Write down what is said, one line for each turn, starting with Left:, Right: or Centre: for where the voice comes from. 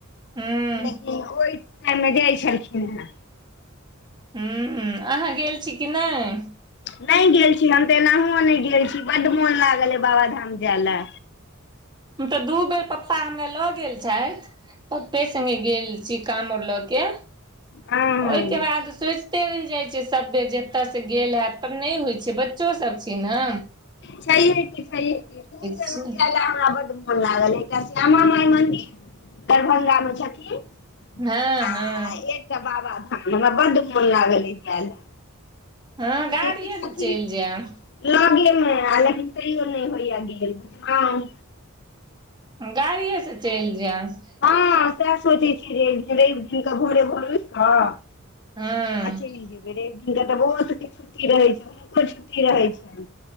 Right: हूँ
Left: लेकिन ओहि टाइम मे जाइ छलखिन हैं।
Right: हू अहाँ गेल छी की न‌इ?
Left: न‌इ गेल छी हम तऽ एनाहुओ नहि गेल छी बड मोन लागल ऐ बाबाधाम जै लै।
Right: हम तऽ दू बेर पप्पा हमरा लऽ गेल छैथ। पप्पे संगे गेल छी कांवर लऽ के
Left: हँ
Right: ओहिके बाद सोचि ते रहि जाइ छै सब बेर जे एत स गेल हेत पर नहि होइ छै बच्चो सब छै न।
Left: छैहे की छैही की दु
Right: छियै
Left: जगह जै लै हमरा बड मोन लागल ऐ एकटा श्यामा माय मंदीर दरभंगा में छथिन
Right: हँ
Left: आ
Right: हँ
Left: एकटा बाबाधाम हमरा बड मोन लागल ऐ जाय लै।
Right: हँ गाड़िए
Left: जे कि छथिन
Right: से चलि जायब
Left: लगेमे आ लेकिन तैयो नहि होइयै गेल, आं
Right: गाड़िए स चैल जैब।
Left: हँ सैह सोचै छीयै जे एक दिन रैब दिन क भोरे भोर उइठ कऽ
Right: हँ
Left: आ चैल जेबै रैब दिन क तऽ बौओ सब के छुटी रहै छन हुनको छुट्टी रहै छैन।